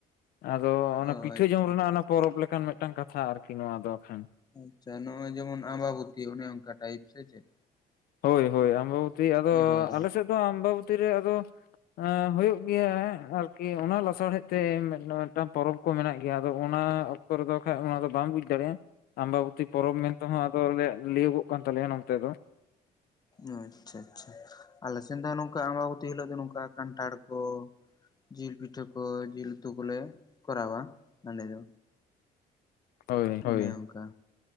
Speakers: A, on the left (about 65°); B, on the left (about 25°).
A: ᱟᱫᱚ ᱚᱱᱟ
B: ᱚ
A: ᱯᱤᱴᱷᱟᱹ
B: ᱟᱪᱪᱷᱟ
A: ᱡᱚᱢ
B: ᱟᱪᱪᱷᱟ
A: ᱨᱮᱱᱟᱜ ᱚᱱᱟ ᱯᱚᱨᱚᱵᱽ ᱞᱮᱠᱟᱱ ᱢᱤᱫᱴᱟᱝ ᱠᱟᱛᱷᱟ ᱟᱨᱠᱤ ᱱᱚᱣᱟ ᱫᱚᱠᱷᱟᱱ
B: ᱟᱪᱪᱷᱟ ᱱᱚᱜᱼᱚᱭ ᱡᱮᱢᱚᱱ ᱟᱢᱵᱟᱵᱚᱛᱤ ᱚᱱᱮ ᱚᱱᱠᱟ ᱴᱟᱭᱤᱯ ᱥᱮ ᱪᱮᱫ
A: ᱦᱳᱭ ᱦᱳᱭ ᱟᱢᱵᱟᱵᱚᱛᱤ ᱟᱫᱚ
B: ᱦᱳᱭ
A: ᱟᱞᱮ ᱥᱮᱫ ᱫᱚ ᱟᱢᱵᱟᱵᱚᱛᱤ ᱨᱮ ᱟᱫᱚ ᱮᱸ ᱦᱩᱭᱩᱜ ᱜᱮᱭᱟ ᱟᱨ ᱠᱤ ᱚᱱᱟ ᱞᱟᱥᱟᱲᱦᱮᱫ ᱛᱮ ᱢᱤᱫᱴᱟᱝ ᱯᱚᱨᱚᱵᱽ ᱠᱚ ᱢᱮᱱᱟᱜ ᱜᱮᱭᱟ ᱟᱫᱚ ᱚᱱᱟ ᱚᱠᱛᱚ ᱨᱮᱫᱚ ᱵᱱᱟᱜᱠᱷᱟᱡ ᱚᱱᱟ ᱫᱚ ᱵᱟᱢ ᱵᱩᱡᱽ ᱫᱟᱲᱮᱭᱟᱜᱼᱟ ᱟᱢᱵᱟᱵᱚᱛᱤ ᱯᱚᱨᱚᱵᱽ ᱢᱮᱱᱛᱮᱦᱚᱸ ᱟᱫᱚ ᱞᱟᱹᱭᱟᱹᱜᱚᱜ ᱠᱟᱱ ᱛᱟᱞᱮᱭᱟ ᱱᱚᱱᱛᱮ ᱫᱚ
B: ᱚ ᱟᱪᱪᱷᱟ ᱟᱪᱪᱷᱟ ᱟᱞᱮ ᱥᱮᱱ ᱫᱚ ᱱᱚᱝᱠᱟ ᱟᱢᱵᱟᱵᱚᱛᱤ ᱦᱤᱞᱳᱜ ᱫᱚ ᱱᱚᱝᱠᱟ ᱠᱟᱱᱴᱷᱟᱲ ᱠᱚ ᱡᱤᱞ ᱯᱤᱴᱷᱟᱹ ᱠᱚ ᱡᱤᱞ ᱩᱛᱩ ᱠᱚᱞᱮ ᱠᱚᱨᱟᱣᱟ ᱟᱞᱮ ᱫᱚ
A: ᱦᱳᱭ ᱦᱳᱭ
B: ᱚᱱᱮ ᱚᱱᱠᱟ